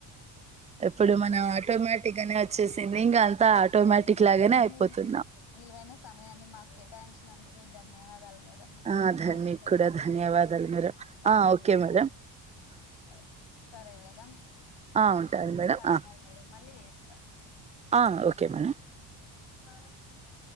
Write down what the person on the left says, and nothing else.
మ్మ్
మీ విలువైన సమయాన్ని మాకు కేటాయించినందుకు ధన్యవాదాలు మేడం కొంచెం
మా ఇంట్లో
వర్క్
ఉంది
పని
ఉంది
మేడం
ఓకే సరే మేడం
పనున్నది
మేడం మళ్ళీ చేస్తా
ఈ బలమిటీలా